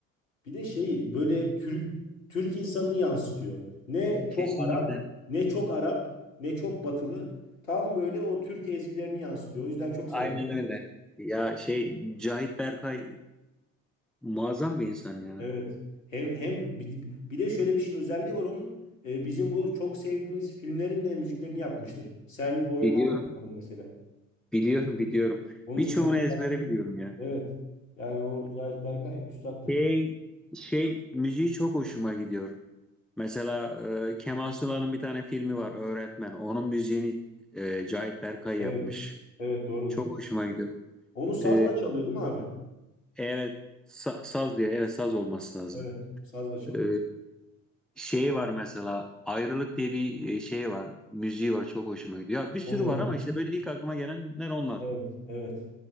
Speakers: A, on the left (about 75°); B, in the centre.
A: Bir de şeyi böyle Türk Türk insanını yansıtıyor. Ne
B: Kesinlikle.
A: çok Arap, ne çok Arap, ne çok Batılı. Tam böyle o Türk ezgilerini yansıtıyor. O yüzden çok
B: Aynen
A: severim.
B: öyle. Ya şey Cahit Berkay muazzam bir insan ya.
A: Evet. Hem hem bir bir de şöyle bir şey özelliği var onun. Ee, bizim bu çok sevdiğimiz filmlerin de müziklerini yapmıştır. Selvi Boylum
B: Biliyorum.
A: Ağa yapmadım mesela.
B: Biliyorum biliyorum.
A: Onun
B: Birçoğunu
A: onun şarkısı.
B: ezbere biliyorum ya.
A: Evet. Yani o Zahit Berkay üstattır.
B: Şey, şey müziği çok hoşuma gidiyor. Mesela e, Kemal Sunal'ın bir tane filmi var Öğretmen. Onun müziğini e, Cahit Berkay
A: Evet.
B: yapmış.
A: Evet doğrudur.
B: Çok hoşuma gidiyor.
A: Onu sazla
B: E,
A: çalıyor değil mi abi?
B: evet sa- saz diye evet saz olması lazım.
A: Evet. Sazla çalıyor.
B: E, şey var mesela Ayrılık diye bir e, şey var. Müziği var çok hoşuma gidiyor. Ya, bir sürü
A: Onunla
B: var
A: biliyorum.
B: ama işte böyle ilk aklıma gelenler onlar.
A: Evet, evet.